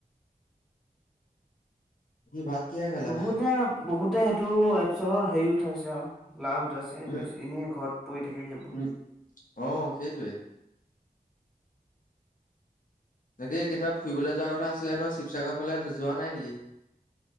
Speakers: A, on the left; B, in the centre.
A: ভাত কিহে খালা
B: বহুতে, বহুতে সেইটো এপচৰ হেৰি উঠাইছে আৰু লাভ উঠাইছে
A: উম
B: ম এনে ঘৰত। পৰি থাকে সেইবোৰ।
A: উম অ', সেইটোৱে। তাকে কেনিবা ফুৰিবলৈ যোৱাৰ কথা আছিলে নহয় শিৱসাগৰ ফালে যোৱা নাই নেকি?